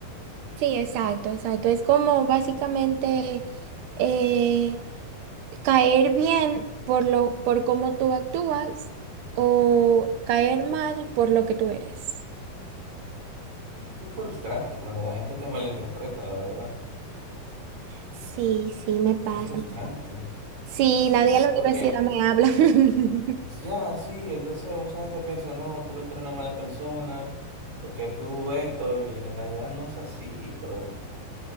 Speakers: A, on the right (about 75°); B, on the right (about 50°).
A: Sí, exacto, exacto. Es como básicamente eh, caer bien por lo, por cómo tú actúas o caer mal por lo que tú eres.
B: Es frustrante cuando la gente te malinterpreta, la verdad.
A: Sí, sí, me pasa.
B: Es frustrante.
A: Sí,
B: Sí,
A: nadie a la
B: porque
A: universidad me habla. <laughs>
B: ya, sí, entonces mucha gente piensa, no, tú lo que eres una mala persona, porque tú esto, y en realidad no es así, pero